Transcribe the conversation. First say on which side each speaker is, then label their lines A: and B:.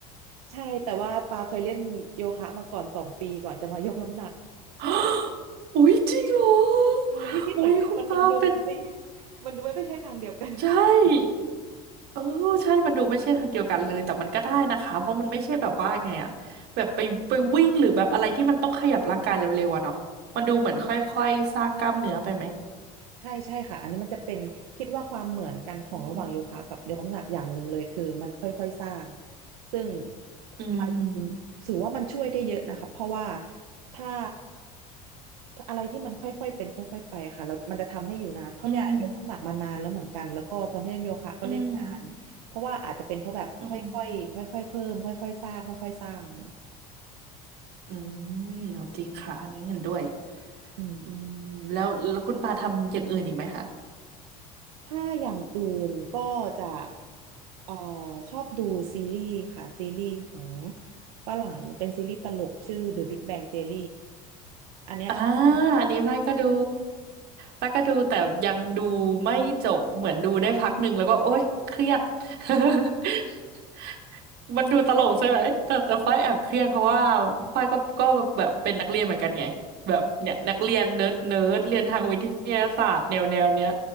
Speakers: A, on the right; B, on the right.
A: ใช่แต่ว่าปาเคยเล่นโยคะมาก่อนสองปีก่อนจะมา <laughs> ยกน้ำหนัก
B: <gasps> อุ๊ยจริงเหรอ
A: ใช่ไม่คิดเหมือนกันมันมันดูไม่
B: อุ๊ยคุณปาเป็น
A: มันดูไม่ใช่ทางเดียวกัน
B: ใช่เออใช่มันดูไม่ใช่ทางเดียวกันเลยแต่มันก็ได้นะคะเพราะมันไม่ใช่แบบว่าไงอะแบบไปไปวิ่งหรือแบบอะไรที่มันต้องขยับร่างกายเร็วๆอะเนาะมันดูเหมือนค่อยๆสร้างกล้ามเนื้อไปไหม
A: ใช่ใช่ค่ะอันนี้มันจะเป็นคิดว่าความเหมือนกันของระหว่างโยคะกับยกน้ำหนักอย่างหนึ่งเลยคือมันค่อยๆสร้าง
B: อืม
A: ซึ่ง
B: อืม
A: มันถือว่ามันช่วยได้เยอะนะคะเพราะว่าถ้าอะไรที่มันค่อยๆเป็นค่อยๆไปอะค่ะเรามันจะทำให้อยู่นานเพราะเนี่ยยกน้ำหนักมานานแล้วเหมือนกันแล้วก็ตอนที่เล่นโยคะก็เล่นนานเพราะว่าอาจจะเป็นเพราะแบบค่อยๆค่อยๆเพิ่มค่อยๆสร้างค่อยๆสร้างอย่างเงี้ย
B: อืมอืมอืมอืมเอาจริงค่ะอันนี้เห็นด้วย
A: อืม
B: อืมแล้วแล้วคุณปาทำอย่างอื่นอีกไหมคะ
A: ถ้าอย่างอื่นก็จะเอ่อชอบดูซีรีส์ค่ะซีรีส์ของฝรั่งเป็นซีรีส์ตลกชื่อ The Big Bang Theory อันเนี้ยชอบมาก
B: อ่าอันนี้ป้ายก็ดูป้ายก็ดูแต่ยังดูไม่จบเหมือนดูได้พักหนึ่งแล้วก็โอ๊ยเครียด <laughs> มันดูตลกใช่ไหมแต่แต่ฝ้ายแอบเครียดเพราะว่าฝ้ายก็ก็แบบเป็นนักเรียนเหมือนกันไงแบบเนี่ยนักเรียนเนิร์ดเนิร์ดเรียนทางวิทยาศาสตร์แนวแนวเนี้ย